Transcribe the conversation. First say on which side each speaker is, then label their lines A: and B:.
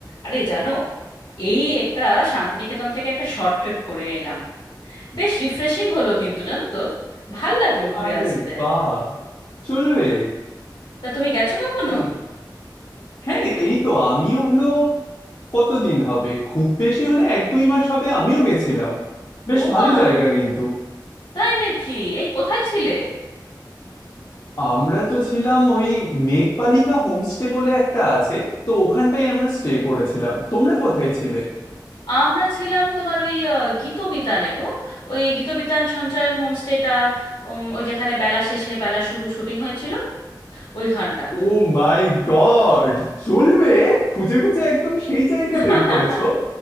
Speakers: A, on the left; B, on the left.
A: আরে জানো এই একটা শান্তিনিকেতন থেকে একটা শর্ট ট্রিপ করে এলাম বেশ রিফ্রেশিং হলো কিন্তু জানো তো ভাল লাগলো ঘুরে
B: আরে
A: আসতে
B: বাহ চলবে
A: তা তুমি গেছো কখনো
B: হুম হ্যাঁ এই তো আমিও হলো কতদিন হবে খুব বেশি হলে এক দুই মাস হবে আমিও গেছিলাম বেশ
A: ও
B: ভালো
A: মা
B: জায়গা কিন্তু
A: তাই নাকি এই কোথায় ছিলে
B: আমরা তো ছিলাম ওই মেঘবালিকা হোমস্টে বলে একটা আছে তো ওখানটাই আমরা স্টে করেছিলাম তোমরা কোথায় ছিলে
A: আমরা ছিলাম তোমার ওই আহ, গীতবিতানে গো ওই গীতবিতান সঞ্চায়ন হোমস্টেটা উম, ওই যেখানে বেলা শেষে বেলা শুরু শুটিং হয়েছিল ওইখানটা
B: Oh my God চলবে খুঁজে খুঁজে একদম সেই জায়গা
A: <laughs>
B: বের করেছো